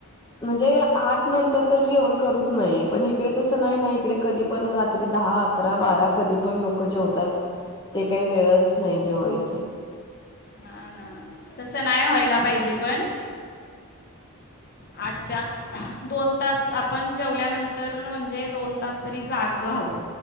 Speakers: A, on the left (about 20°); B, on the left (about 45°).
A: म्हणजे आठ नंतर तर जेवण करूच नये पण इकडे तस नाही ना, इकडे कधी पण रात्री रात्री दहा, अकरा, बारा कधी पण लोक जेवतात ते काही वेळच नाही जेवायचे.
B: हा ना, तसं नाही व्हायला पाहिजे पण आठच्या दोन तास आपण जेवल्यानंतर म्हणजे दोन तास तरी जागा हवं.